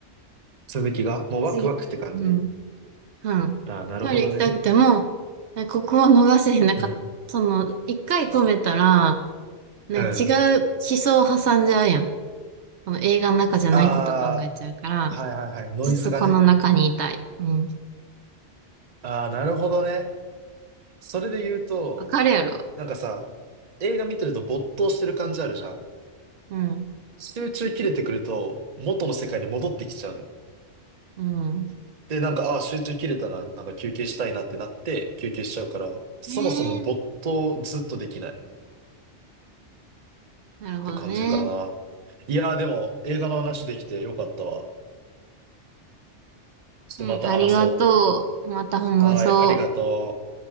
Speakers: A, on the right; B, on the right.
A: 続きがもうワクワクって感じ
B: 次。うん。うん。
A: ああー、なるほどね。
B: トイレ行きたくても、えここは逃せへん。なんか、
A: うん。
B: その、一回止めたら、ね、
A: うん。
B: 違う思想を挟んじゃうやん。その映画の中じゃないこと考えちゃうから、
A: ああ、はいはいはい。ノイズがね。
B: ずっとこの中にいたい。うん。
A: ああ、なるほどね。それで言うと、
B: わかるやろ。
A: なんかさ、映画見てると没頭してる感じあるじゃん。
B: うん。
A: 集中切れてくると、元の世界に戻ってきちゃうのよ
B: うん。うん
A: で、なんか、ああ、集中切れたな、なんか休憩したいなってなって、休憩しちゃうから、そもそも没頭ずっとできないっ
B: ねえ。なるほどね。
A: て感じかな。いやー、でも、映画の話できてよかったわ。ちょっとまた話そ
B: うん、ありがとう。また話そう。
A: う。はーい、ありがとう。